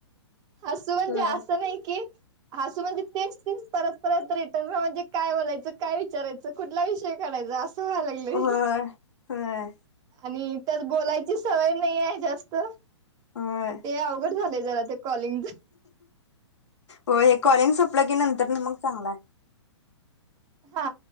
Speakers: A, on the right; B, on the left.
A: हसू म्हणजे
B: होय
A: असं नाही की हसू म्हणजे तेच तेच परत रत रिटर्न म्हणजे काय बोलायचं? काय विचारयचं? कुठला विषय काढायचा अस. स लागलंय.
B: होय होय
A: आणि त्यात बोलायची सवय नाही आहे जास्त.
B: होय
A: ते अवघड झालंय जरा ते कॉलिंग
B: होय हे कॉलिंग सपलं की नंतर मग चांगलय
A: हा